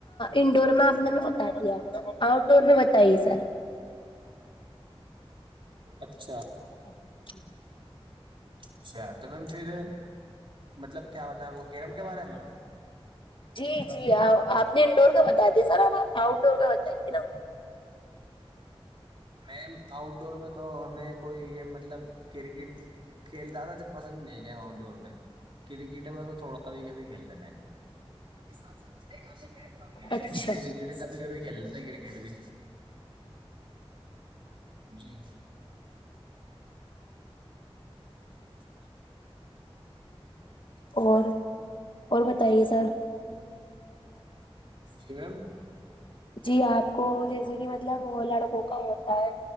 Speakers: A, on the left; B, on the right.
A: انڈور میں آپ نے بھی بتا دیا آؤٹ ڈور میں بتائی ہے سر
B: اچھا
A: ا <unintelligible>
B: اچھا تو میم پھر مطلب کیا ہوتا ہے آپ کو کیرم کے بارے میں
A: جی جی آپ نے انڈور کا بتا دیا سر آب آپ آؤٹ ڈور کا بتائیے نا
B: میم آؤٹ ڈور میں تو ہمیں کوئی یہ مطلب کرکٹ کھیل زیادہ پسند نہیں گیا آؤٹ ڈور میں کرکٹ ہے بس تھوڑا کبھی کبھی کھیل لیتے ہیں کرکٹ کبھی
A: اچھا
B: کبھی کھیل لیتے ہیں کرکٹ بھی جی ہ <unintelligible>
A: اور اور بتائیے سر
B: جی میم
A: جی آپ کو جیسے کہ مطلب لڑکوں کا ہوتا ہے